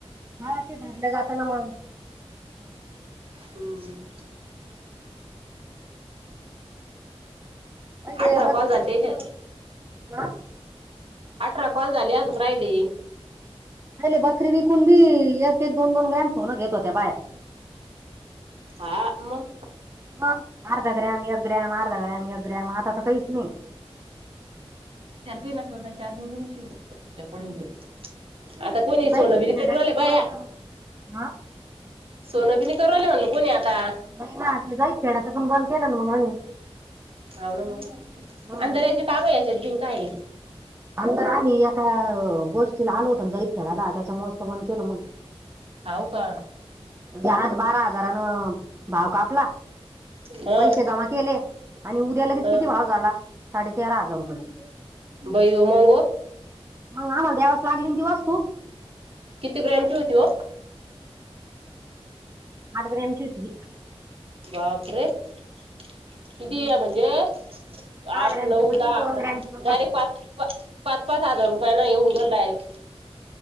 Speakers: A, on the right; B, on the right.
A: हा ते घरलं जाताना मग.
B: हम,
A: पहिले
B: अठरा
A: बकरी
B: कॉल चालते
A: विकून
B: <unintelligible> तेज
A: हा.
B: अठरा कॉल झाले अजूक राहिले.
A: पाहिले बकरी विकून बी एक, एक, दोन, दोन ग्रॅम सोन घेत होत्या बाया. हो <inaudible>
B: हा मग.
A: मग अर्धा ग्रॅम, एक ग्रॅम, अर्धा ग्रॅम, एक ग्रॅम आता तर काहीच नाही.
B: सार काही नको होता <unintelligible> चार्जिंग पडून <unintelligible> आता कोणी नाही
A: ते जाईत
B: सोनं दिल का
A: खेड्याचं
B: घेऊनये
A: बी
B: बाया.
A: बंद करून हा
B: सोनभी नाही करु राहील म्हणलं कोणी आता.
A: नाही ना ते जाईत खेळाच पण बंद केलं ना मग
B: हो ना मग
A: हा.
B: अंधाऱ्याचे काम याच्यात बिन काय आहे.
A: अंदर आम्ही एका गोष्टीला आलो होतो जाइत खेळाला त्याच्यामुळेच तो पण केलं मग.
B: हाऊ का.
A: म्हणे आज बारा हजारानं भाव कापला
B: ह
A: पैसे जमा केले आणि उद्या लगेच
B: ह
A: किती भाव झाला साडे तेरा हजार रुपये.
B: बाई मंग
A: अहो आम्हाला देवास लागली ना ती वस्तू.
B: किती ग्रॅमची होती हो?
A: अठ ग्रेमची होती ती.
B: बापरे किती
A: सहा
B: म्हणजे आठ,
A: ग्रॅमची
B: नऊ,
A: म्हणील
B: दहा,
A: दोन
B: अकरा
A: ग्रॅमची मग
B: डायरेक्ट
A: वस्तू
B: पाच पाच, पाच हजार रुपया ना येऊन गेलं डायरेक्ट.